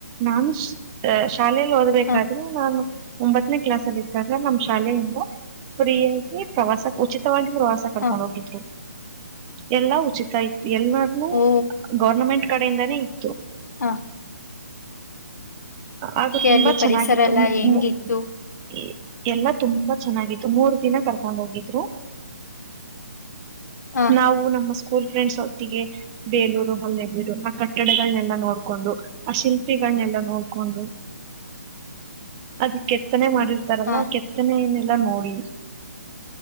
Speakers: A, on the right; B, on the left.
A: ನಾನು <unintelligible> ಶಾಲೇೆಯಲ್ಲಿ ಓದ್ಬೇಕಾದ್ರೆ
B: ಹ
A: ನಾನು ಒಂಬತ್ತನೇ ಕ್ಲಾಸ್ ಅಲ್ಲಿ ಇದ್ದಾಗ ನಮ್ಮ್ ಶಾಲೆಯಿಂದ ಫ್ರೀಯಾಗಿ ಪ್ರವಾಸ ಉಚಿತವಾಗಿ ಪವಾಸ ಕಡ್ಕೊಂಡ್
B: ಹ
A: ಹೋಗಿದ್ರು ಎಲ್ಲಾ ಉಚಿತ ಇತ್ತು ಎಲ್ಲಾರ್ನುೂ
B: ಓ
A: ಗೌರ್ನಮೆಂಟ್ ಕಡೆಯಿಂದಾನೇ ಇತ್ತು
B: ಹಾ
A: ಹಾಗದು ತುಂಬಾ
B: ಅಲ್ಲಿ ಪರಿಸರ
A: ಚೆನ್ನಾಗಿತ್ತು
B: ಎಲ್ಲ
A: ಮ
B: ಹೆಂಗಿತ್ತು?
A: ಮ ಈ <unintelligible> ಎಲ್ಲಾ ತುಂಬಾ ಚೆನ್ನಾಗಿತ್ತು ಮೂರ್ ದಿನ ಕರ್ಕೊಂಡ್ ಹೋಗಿದ್ರು
B: ಹ
A: ನಾವು ನಮ್ಮ ಸ್ಕೂಲ್ ಫ್ರೆಂಡ್ಸ್ ಹೊತ್ತಿಗೆ ಬೇಲೂರು ಹೊಳ್ಳೆರು ಆ ಕಟ್ಟಡಗಳನೆೆಲ್ಲ ನೋಡ್ಬ ಕೊಂಡು ಆ ಶಿಲ್ಪಿಗಳನ್ನೆಲ್ಲ ನೋಡ್ಕೊಂಡು ಅದು ಕೆತ್ತನೆ ಮಾಡಿರ್ತಾರಲ್ಲ
B: ಹ
A: ಕೆತ್ತನೆ ಎಲ್ಲ ನೋಡಿ